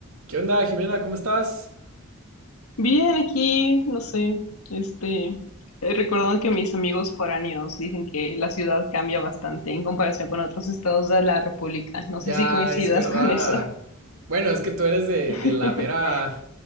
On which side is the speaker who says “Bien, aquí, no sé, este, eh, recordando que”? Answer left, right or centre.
Left